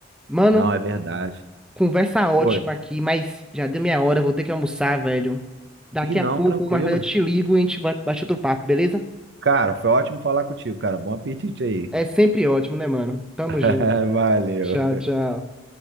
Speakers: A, in the centre; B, on the right.
A: Mano,
B: Não, é verdade.
A: conversa ótima
B: Oi.
A: aqui, mas já deu minha hora, eu vou ter que almoçar, velho. Daqui
B: E não,
A: a pouco,
B: tranquilo.
A: mais tarde eu te ligo e a gente vai bater outro papo, beleza?
B: Cara, foi ótimo falar contigo, cara. Bom apetite aí.
A: É sempre ótimo, né, mano? Tamo
B: <laughs>
A: junto.
B: Valeu.
A: Tchau, tchau.